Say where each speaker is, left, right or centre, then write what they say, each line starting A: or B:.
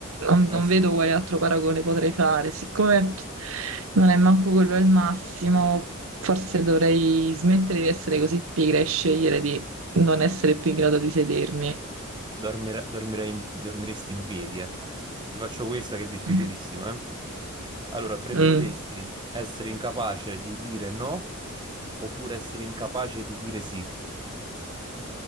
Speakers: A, on the right; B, on the right.
A: non,
B: Eh
A: non
B: sì,
A: vedo quale altro paragone potrei fare. Siccome non è manco quello il massimo, forse dovrei smettere di essere così pigra e scegliere di non essere più in grado di sedermi.
B: dormire- dormirei in- dormiresti in piedi, ecco. Ti faccio questa che è difficilissima,
A: <laughs>
B: eh. Allora, preferiresti
A: Mm.
B: essere incapace di dire no oppure essere incapace di dire sì?